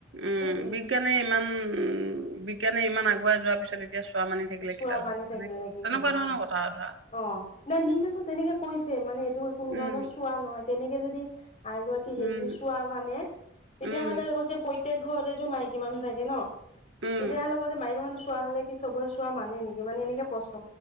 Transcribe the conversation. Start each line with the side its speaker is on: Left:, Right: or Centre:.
Right: উম
Left: সেইটোৱে
Right: বিজ্ঞানে ইমান উ বিজ্ঞানে ইমান আগ বুৱাই যোৱাৰ পিছত এতিয়া চোৱা মানি থাকিলে
Left: চোৱা
Right: কিডাল
Left: মানি
Right: হব
Left: থাকিলে
Right: তেনেকুৱা
Left: কি হব
Right: ধৰণৰ
Left: অ
Right: কথা আৰু ধৰা
Left: অ নাই বি কানো তেনেকে কৈছে মানে এইটো কোনো
Right: উম
Left: কাৰণ চোৱা নহয় তেনেকে যদি আইগৰাকী হেইটো
Right: উম
Left: চোৱা মানে তেতিয়াাহ'লে
Right: উম
Left: কৈছে প্ৰতেক ঘৰতেতো মাইকী মানুহ থাকে হে ন
Right: উম,
Left: তেতিয়াহ'লে কব যে মাইকী মানুহ চোৱা হ'লে কি চবৰে চোৱা মানে নেকি মানে এনেকে প্ৰশ্ন